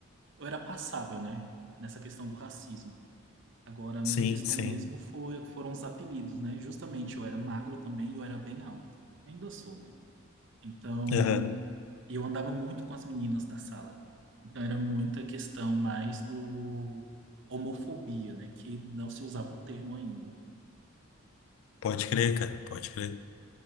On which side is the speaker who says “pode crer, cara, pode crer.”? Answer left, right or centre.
Left